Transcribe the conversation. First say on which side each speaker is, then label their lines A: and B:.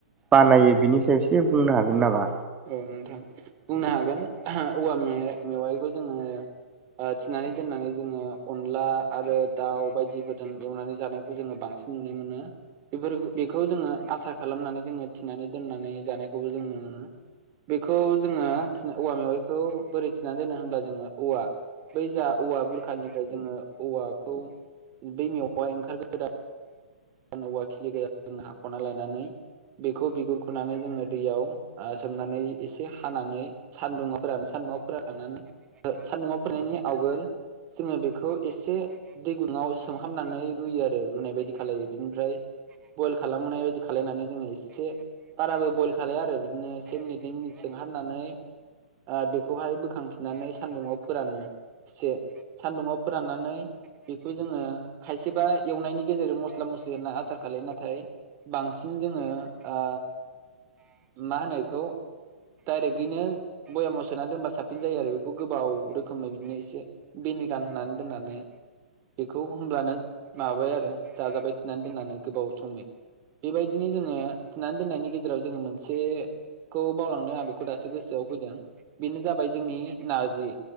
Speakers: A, on the right; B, on the right.
A: बानायो बेनि सायाव एसे बुंनो हागोन नामा
B: औ नोंथां बुंनो हागोन औवा मेवाइखौ जोङो थिनानै दोननानै जोङो अनला आरो दाउ बायदिफोरजों एवनानै जानायखौ जोङो बांसिन नुनो मोनो बेफोर बेखौ जोङो आसार खालामनानै जोङो थिनानै दोननानै जानायखौबो जोङो बेखौ जोङो औवा मेवाइखौ बोरै थिनानै दोनो होमब्ला जोङो औवा बै जा औवा बुरखानिफ्राय जोङो औवाखौ बै मेवाय ओंखारगोदा औवा खिलि गोजा जों हाख'ना लायनानै बेखौ बिगुरखुनानै जोङो दैयाव सोमनानै एसे हानानै सान्दुङाव फोरानो सान्दुुङाव फोरनखांनानै सान्दुुङाव फोराननायनि आवगोल जोङो बेखौ एसे दै गुदुङाव सोमहाबनानै रुयो आरो रुनाय बायदि खालामलो बिनिफ्राय बयल खालामबोनाय बायदि खालामलायनानै जोङो एसे बाराबो बयल खालाया आरो बिदिनो से मिनिट नै मिनिट सोमहाबनानै ओ बेखौहाय बोखांफिननानै सान्दुुङाव फोरानो एसे सान्दुङाव फोराननानै बेखौ जोङो खायसेबा एवनायनि गेजेरजों मस मस्ला मस्लि होनना आसार खालायो नाथाय बांसिन जोङो ओ मा होनो इखौ डायरेक्टयैनो भयामाव सोना दोनबा साबसिन जायो आरो बेखौ गोबाव रोखोमै बिदिनो एसे भेनिगान होननानै दोननानै बेखौ होनब्लानो माबाय आरो जाजाबाय थिनानै दोननानै गोबाव समनि बेबायदिनो जोङो थिनानै दोननायनि गेजेराव जोङो मोनसे खौ बावलांदों आं बेखौ दासो गोसोआव फैदों बेनो जाबाय जोंनि नारजि